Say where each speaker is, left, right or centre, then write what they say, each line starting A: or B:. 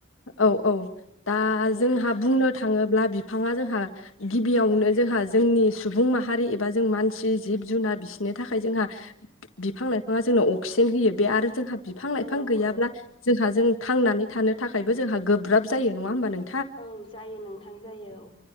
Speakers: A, on the left (about 80°); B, on the left (about 25°).
A: औ-औ दा
B: औ
A: जोंहा बुंनो थाङोब्ला बिफाङा जोंहा गिबियावनो जोंहा जोंनि सुबुं माहारि एबा जों मानसि जिब जुनार बिसोरनि थाखाय जोंहा बिफां लाइफाङा जोंनो अक्सिजेन होयो बे आरो जोंहा बिफां लाइफां
B: औ
A: गैयाब्ला
B: औ
A: जोंहा जों थांनानै थानो थाखायबो जोंहा गोब्राब जायो नङा होमबा नों
B: औ जायो नोंथां जायो औ।